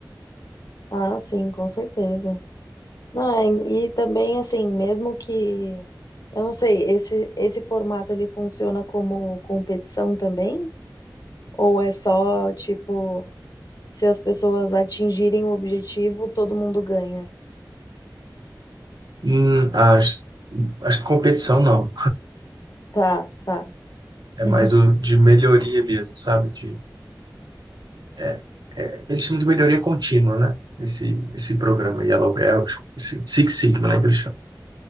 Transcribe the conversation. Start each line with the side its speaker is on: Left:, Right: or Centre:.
Left: Ah, sim, com certeza. Não, é, e também assim, mesmo que eu não sei, esse esse formato ele funciona como competição também? Ou é só tipo, se as pessoas atingirem o objetivo, todo mundo ganha?
Right: Hum, acho, acho que competição não,
Left: Tá, tá.
Right: é
Left: <laughs>
Right: mais o de melhoria mesmo, sabe? De, é, é, eles chamam de melhoria contínua, né? Esse, esse programa Yellow Belt, esse Six Sigma, né, que eles chamam.